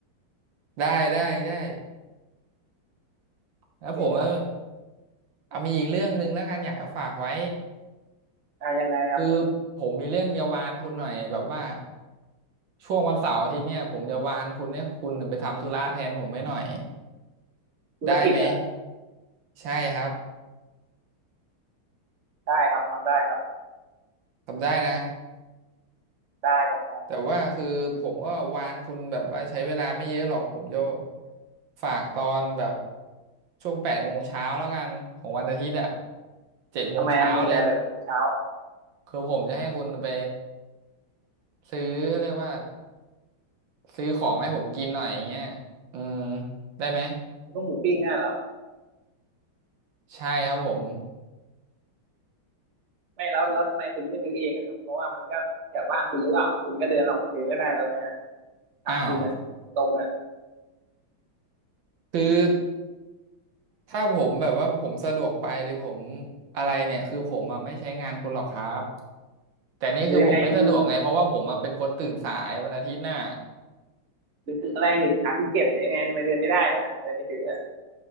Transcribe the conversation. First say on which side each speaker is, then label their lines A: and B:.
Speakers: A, on the right (about 65°); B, on the right (about 40°).
A: ได้ได้ได้
B: โอเคครับ
A: แล้วผมก็เอามีอีกเรื่องหนึ่งแล้วกันอยากจะฝากไว้
B: อ่ายังไงครับ
A: คือผมมีเรื่องจะวานคุณหน่อยแบบว่าช่วงวันเสาร์อาทิตย์เนี่ยผมจะวานคุณให้คุณไปทำธุระแทนผมให้หน่อย
B: ธุรกิจอ่ะ
A: ได้ไหมใช่ครับ
B: ได้ครับทำได้ครับ
A: ทำได้นะ
B: ได้ทำได้
A: แต่ว่าคือผมก็วานคุณแบบว่าใช้เวลาไม่เยอะหรอกผมจะฝากตอนแบบช่วงแปดโมงเช้าแล้วกันของวันอาทิตย์อ่ะเจ็ดโมงเช้าเลย
B: ทำไมมันมีอะไรแบบของเช้า
A: คือผมจะให้คุณไปซื้อเรียกว่าซื้อของให้ผมกินหน่อยอย่างเงี้ยอืมได้ไหม
B: พวกหมูปิ้งอ่ะเหรอ
A: ใช่ครับผม
B: ไม่แล้วแล้วทำไมคุณไม่ซื้อเองอะครับเพราะว่ามันก็แถวบ้านคุณหรือเปล่าคุณก็เดินลงมาซื้อก็ได้แล้วไหมฮะถามคุณอ่ะตรงๆอ่ะ
A: อ้าวคือถ้าผมแบบว่าผมสะดวกไปหรือผมอะไรเนี่ยคือผมอะไม่ใช้งานคุณหรอกครับแต่นี่คือผมไม่สะดวกไงเพราะว่าผมอะเป็นคนตื่นสายวันอาทิตย์น่ะ
B: หรือยังไงคือหรือคืออะไรหรือขาคุณเจ็บหรือยังไงทำไมเดินไม่ได้ล่ะฮะเลยไม่ซื้ออะ